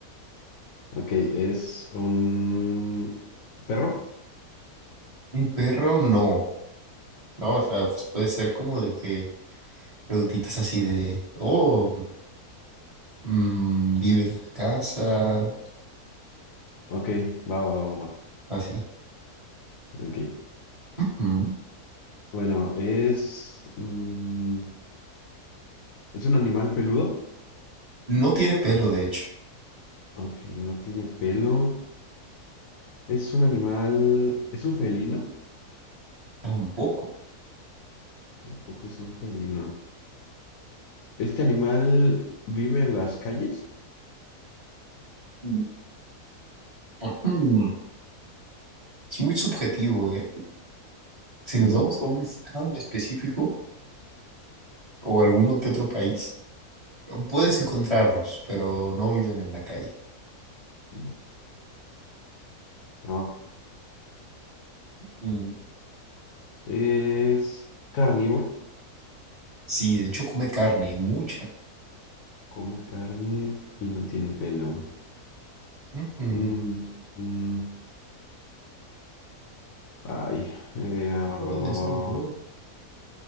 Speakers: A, on the left (about 65°); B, on the right (about 25°).
A: Ok, ¿es un perro?
B: Un perro, no. No, o sea, pues puede ser como de que preguntitas así de, oh, mm, vive en la casa,
A: Ok, va, va, va, va, va.
B: así.
A: Ok.
B: Mm.
A: Bueno, es... mm, ¿es un animal peludo?
B: No tiene pelo, de hecho,
A: Ok, no tiene pelo. ¿Es un animal... ¿Es un felino?
B: tampoco.
A: Tampoco es un felino. ¿Este animal vive en las calles?
B: Mm. Hmm, Es muy subjetivo, ¿eh? Si nos
A: Mm,
B: vamos
A: ¿Por?
B: a un estado en específico o alguno que otro país, puedes encontrarlos, pero no viven en la calle.
A: mm, Ok. Ah,
B: Mm,
A: Es carnívoro.
B: Sí, de hecho come carne y mucha.
A: Come carne y no tiene pelo.
B: Ujú.
A: Mm, mm, ay. eh, ah,
B: ¿Cómo
A: va, va,
B: ves
A: va,
B: al un pelón?
A: va.